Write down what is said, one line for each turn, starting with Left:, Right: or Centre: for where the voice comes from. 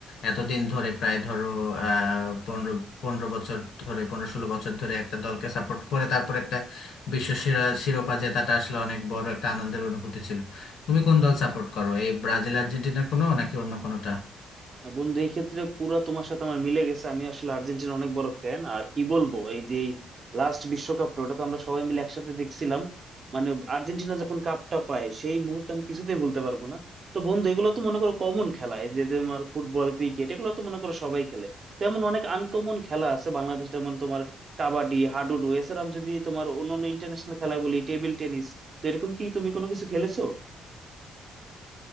Left: এতদিন ধরে প্রায় ধরো আহ পনেরো পনেরো বছর ধরে পনেরো ষোলো বছর ধরে একটা দলকে সাপোর্ট করে তারপর একটা বিশ্ব সেরা শিরোপা জেতাটা আসলে অনেক বড় একটা আনন্দের অনুভূতি ছিল তুমি কোন দল সাপোর্ট করো এই ব্রাজিল আর্জেন্টিনার কোনো নাকি অন্য কোনোটা
Right: না বন্ধু এক্ষেত্রে পুরা তোমার সাথে আমার মিলে গেছে আমি আসলে আর্জেন্টিনা অনেক বড় ফ্যান আর কি বলবো এই যে লাস্ট বিশ্বকাপটা ওটা তো আমরা সবাই মিলে একসাথে দেখছিলাম মানে আর্জেন্টিনা যখন কাপটা পায় সেই মুহূর্ত আমি কিছুতেই ভুলতে পারবো না তো বন্ধু এগুলো তো মনে করো কমন খেলা এই যে তোমার ফুটবল ক্রিকেট এগুলো তো মনে করো সবাই খেলে তো এমন অনেক আনকমন খেলা আছে বাংলাদেশ যেমন তোমার কাবাডি হাডুডু এছাড়া আমি যদি তোমার অন্যান্য ইন্টারন্যাশনাল খেলা বলি টেবিল টেনিস তো এরকম কি তুমি কোনো কিছু খেলেছো